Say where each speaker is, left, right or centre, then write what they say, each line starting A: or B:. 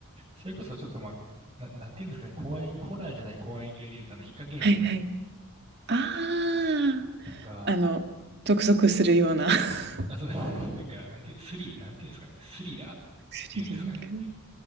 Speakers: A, on the right; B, on the right.
A: それこそちょっとまあ、な、なんていうんですかね、怖い、ホラーじゃない怖い系で言うと、あの、イカゲーム
B: はいはい。あ
A: とか、
B: あ、あの、ゾクゾクするような <laughs>
A: あ、そうです。<laughs> なんか、なんていう、スリ、なんていうんですかね、スリラーっ
B: スリリング。
A: ていうんですかね。